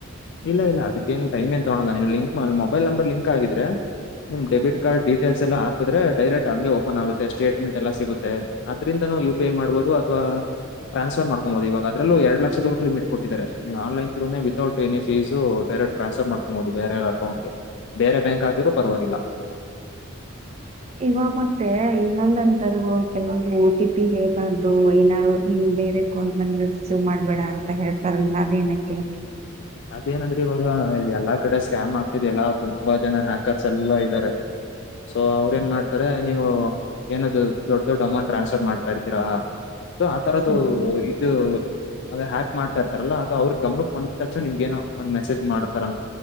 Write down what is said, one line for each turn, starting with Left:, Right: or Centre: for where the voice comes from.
Left: ಇಲ್ಲ ಇಲ್ಲ ಅದಕ್ಕೇನ್ ಟೈಮ ಏನ್ ತಗೋಲ್ಲ ನೀವು ಲಿಂಕ್ ಮೊಬೈಲ್ ನಂಬರ್ ಲಿಂಕ್ ಆಗಿದ್ರೆ ನಿಮ್ ಡೆಬಿಟ್ ಕಾರ್ಡ್ ಡೀಟೇಲ್ಸ್ ಎಲ್ಲ ಹಾಕಿದ್ರೆ ಡೈರೆಕ್ಟ್ ಅೇ ಓಪನ್ ಆಗುತ್ತೆ ಸ್ಟೇಟ್ಮೆಂಟ್ ಎಲ್ಲ ಸಿಗುತ್ತೆ ಅದ್ರಿಂದನ ಯು ಪಿ ಐ ಮಾಡ್ಬೋದು ಅಥವಾ ಟ್ರಾಸ್ಫರ್ ಮಾಡಕೊಬೋದುವಾಗ ಅದಲ್ಲೂರಡು ಲಕ್ಷದವರೊ ಲಿಮಿಟ್ ಕೊಟ್ಟಿದ್ದಾರೆ ನೀವು ಆನ್ೈನ್ೂ without any fees direct transfer ಮಾಡ್ಕೊಬಹುದು ಬೇರೆ ಅಕೌಂಟ್ಗೆ ಬೇರೆ ಬ್ಯಾಂಕ್ ಆಗಿದರರು ಪರವಾಗಿಲ್ಲ
Right: ಇವಾಗ ಮತ್ತೆ ಇನ್ನೊಂದಂತರು ಕೆಲವರು ಓ ಟಿ ಪಿ ಹೇಬಾರ್ದು ಏನಾದ್ರು ಇನ್ ಬೇರೆ ಕಾಲ್ ಬಂದ್ರೆಚು್ ಮಾಡ್ಬೇಡ ಅಂತ ಹೇಳ್ತಾರ ಅದೇನಕ್ಕೆ
Left: ಅದೇನಂದ್ರೆ ಇವಾಗ ಎಲ್ಲಾ ಕಡೆ ಸ್ಕ್ಯಾಮ್ ಆಗ್ತಿದ ಎಲ್ಲಾ ತುಂಬಾ ಜನ ಹಾಕಸ ಎಲ್ಲ ಬೇರೆ ಸೊ ಅವ್ರ ಏನ್ ಮಾಡ್ತಾರೆ ನೀವು ಏನಾದ ದೊಡ್ಡ ದೊಡ್ಡ ಅಮೌಂಟ್ ಟ್ರಾನ್ಸ್ಫರ್ ಮಾಡ್ತಾ ಇರ್ತೀರಾ ಸೊ ಆ ತರದ್ದು
Right: ಸರಿ.
Left: ಇದು ಅದ ಹಾಕ್ ಮಾಡ್ತಾ ಇರ್ಾರಲ್ಲ ಅದು ಅವ್ರ ಗನಕ್ಕೆಂದ ತಕ್ಷಣ ನಿಮ್ಗೆೇನೋ ಒಂದ್ ಮೆಸೇಜ್ ಮಾಡತಾರ